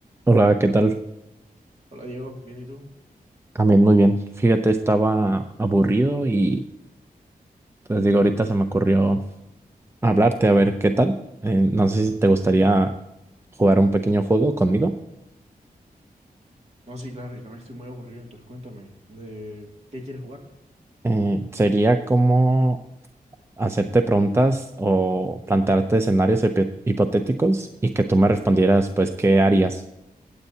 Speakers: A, on the right; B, on the right.
A: Hola, ¿qué tal?
B: Hola Diego, ¿bien y tú?
A: También muy bien. Fíjate, estaba aburrido y pues digo, ahorita se me ocurrió hablarte a ver qué tal. Eh, no sé si te gustaría jugar un pequeño juego conmigo.
B: No, sí, claro, yo también estoy muy aburrido, entonces cuéntame, ¿de qué quieres jugar?
A: Eh, sería como hacerte preguntas o plantearte escenarios hipo- hipotéticos y que tú me respondieras, pues, ¿qué harías?